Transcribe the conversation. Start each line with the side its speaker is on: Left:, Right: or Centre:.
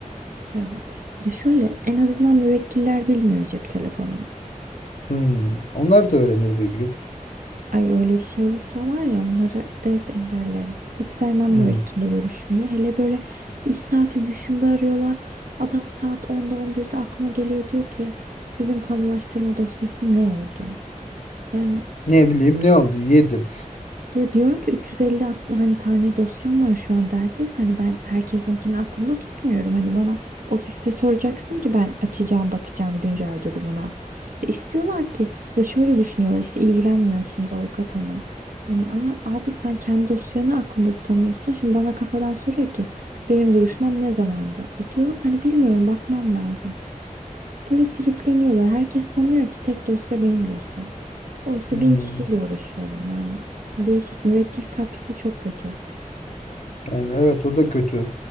Right: Evet. Ya şöyle en azından müvekkiller bilmiyor cep telefonumu.
Left: Hmm, Onlar da öğrenir bir gün.
Right: Ay öyle bir şey olursa var ya onları direkt engellerim. Hiç sevmem
Left: Hmm,
Right: müvekkille görüşmeyi. Hele böyle iş saati dışında arıyorlar. Adam saat 10'da 11'de aklına geliyor diyor ki bizim kamulaştırma dosyası ne oldu? Yani
Left: Ne bileyim ne oldu yedim.
Right: ya diyorum ki 350 at- hani tane dosyam var şu an derdeyse hani ben herkesinkini aklımda tutmuyorum. Hani bana ofiste soracaksın ki ben açacağım bakacağım güncel durumuna. Ve istiyorlar ki ya şöyle düşünüyorlar işte ilgilenmiyorsunuz avukat hanım. Hani ama abi sen kendi dosyanı aklında tutamıyorsun. Şimdi bana kafadan soruyor ki benim duruşmam ne zamandı? E diyorum hani bilmiyorum bakmam lazım. Böyle tripleniyorlar. Herkes sanıyor ki tek dosya benim dosyam. Oysa
Left: Hmm,
Right: bin kişiyle uğraşıyorum yani. Değişik. Müvekkil kapısı çok kötü.
Left: Yani evet o da kötü.